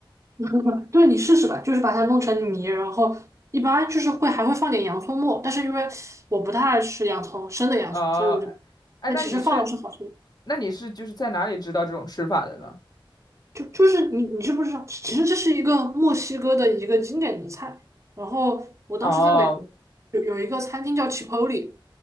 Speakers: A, on the right; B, on the left.
A: <laughs> 对，你试试吧，就是把它弄成泥，然后一般就是会还会放点洋葱末，但是因为我不太爱吃洋葱，生的洋葱，
B: <laughs> 啊，
A: 所以我就
B: 哎，
A: 那其实放了是好吃的。
B: 那你是那你是就是在哪里知道这种吃法的呢？
A: 就就是你你知不知道？其实这是一个墨西哥的一个经典的菜。然后我当时在美国有有一个餐厅叫
B: 哦
A: Chipotle